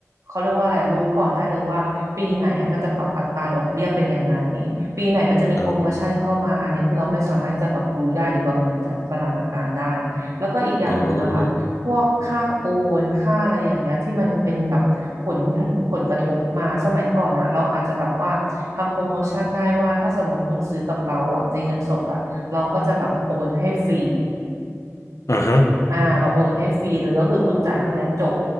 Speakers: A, on the right; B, on the left.
A: เขาเรียกว่าอะไรอะรู้ก่อนได้เลยว่าปีไหนอะมันจะปรับอัตราดอกเบี้ยเป็นยังไงปีไหนมันจะมีโปรโมชั่นเข้ามาอันเนี้ยคือเราไม่สามารถจะปรับรู้ได้หรือประเมินสถานการณ์ได้
B: อ๋อ
A: แล้วก็อีกอย่างหนึ่งอะค่ะพวกค่าโอนค่าอะไรอย่างเงี้ยที่มันเป็นแบบผล
B: อ๋อ
A: ผลกระทบมาสมัยก่อนอะเราอาจจะแบบว่าทำโปรโมชั่นได้ว่าถ้าสมมุติคุณซื้อกับเราอะในเงินสดอะเราก็จะแบบโอนให้ฟรี
B: อ่าฮะ
A: อ่าเราโอนให้ฟรีเลยก็คือคุณจ่ายเท่าเนี้ยจบ